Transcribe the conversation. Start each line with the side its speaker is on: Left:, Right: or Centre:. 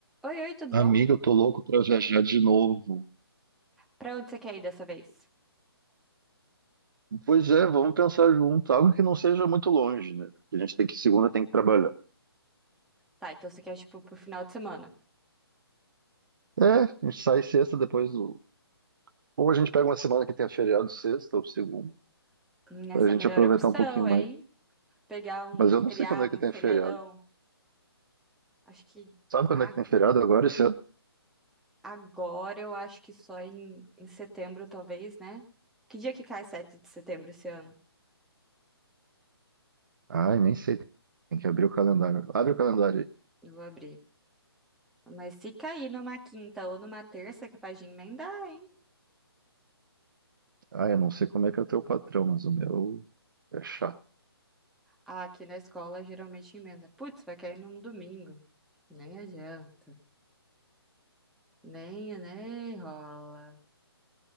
Centre: Oi, oi, tudo
Right: Amiga,
Centre: bom?
Right: eu tô louco pra viajar de novo.
Centre: Pra onde você quer ir dessa vez?
Right: Pois é, vamos pensar junto. Algo que não seja muito longe, né? Porque a gente tem que, segunda tem que trabalhar.
Centre: Tá, então você quer, tipo, pro final de semana.
Right: É, a gente sai sexta depois do. Ou a gente pega uma semana que tenha feriado sexta ou segunda,
Centre: Hum, Essa
Right: pra gente
Centre: é a melhor
Right: aproveitar
Centre: opção,
Right: um pouquinho
Centre: hein?
Right: mais.
Centre: Pegar um,
Right: Mas eu
Centre: um
Right: não
Centre: feriado,
Right: sei quando é que
Centre: um
Right: tem
Centre: feriadão.
Right: feriado.
Centre: Acho que
Right: Sabe quando
Centre: a-
Right: é que tem feriado agora esse ano?
Centre: agora eu acho que só em, em setembro, talvez, né? Que dia que cai 7 de setembro esse ano?
Right: Ai, nem sei. Tem que abrir o calendário. Abre o calendário aí.
Centre: Eu vou abrir. Mas se cair numa quinta ou numa terça, é capaz de emendar, hein?
Right: Ai, eu não sei como é que é o teu patrão, mas o meu é chato.
Centre: Ah, aqui na escola geralmente emenda. Putz, vai cair num domingo. Nem adianta. Nem, nem rola.